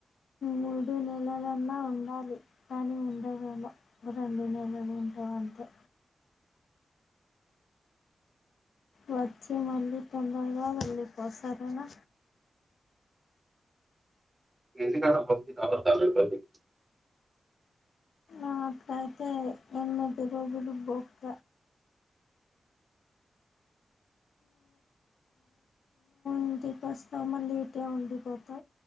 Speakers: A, on the left; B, on the right.
A: మూడు నెలలన్నా ఉండాలి కానీ ఉండవేమో రెండు నెలలు ఉంటామంతే వచ్చి మళ్ళీ తొందరగా వెళ్లి పో సరేనా
B: ఇంటికాడ <unintelligible> పనుంటది
A: ఆ అట్లైతే ఎనిమిది రోజులు బొక్క ఇంటికోస్తే మళ్ళీ ఇటే ఉండిపోతా